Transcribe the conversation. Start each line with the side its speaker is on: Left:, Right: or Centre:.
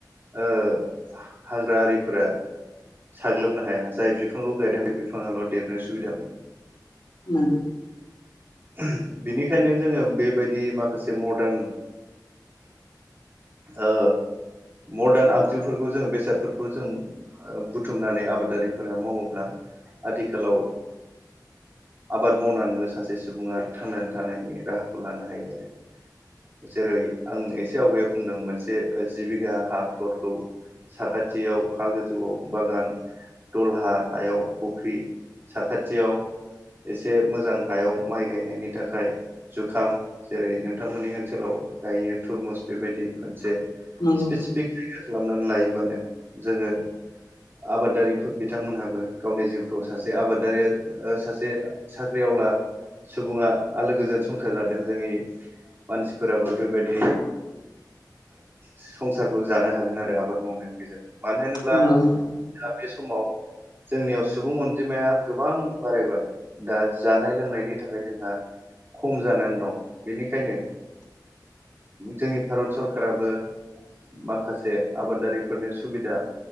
Right: ओ हाग्रा आरिफोरा साग्लोबनो हाया जाय बिफांखौ गायदों बे बिफाङाल' देरनो सुबिदा मोनो
Left: नंगौ
Right: <unintelligible> बिनि बेखायनो जोङो बेबायदि माखासे मडार्न ओ मदार्न आगजुफोरखौ जोङो बेसादफोरखौ जों बुथुमनानै आबादारिफोरा मावोब्ला आथिखालाव आबाद मावनानैबो सासे सुबुङा थांनानै था थानायनि राहाखौ लानो हायो आरो जेरै आं एसे आवगायाव बुंदों मोनसे जि बिघा हा फ्लदखौ साखाथियाव हा गोजौआव बागान दलहा हायाव फुख्रि साखाथियाव एसे मोजां हायाव माइ गायनायनि थाखाय जुखाम जेरै नोंथांमोननि ओनसोलाव गायो तुरमुस बेबायदि मोनसे
Left: नंगौ
Right: स्पेसिफिक जायगा खालामनानै लायो बानो जोङो आबादारिफोर बिथांमोनहाबो गावनि जिउखौ सासे आबादारिया ओ सासे साख्रिआवला सुबुङा आलो गोजोन संसार जादों जोंनि मानसिफोराबो बेबायदि संसारखौ जानो हागोन आरो आबाद मावनायनि गेजेरजों मानो होनोब्ला
Left: नंगौ नंगौ
Right: दा बे समाव जोंनियाव सुबुं अनजिमाया गोबां बारायबाय दा जानाय लोंनायनि थाखाय जोंहा खम जानानै दं बेनिखायनो जोंनि भारत सरकाराबो माखासे आबादारिफोरनो सुबिदा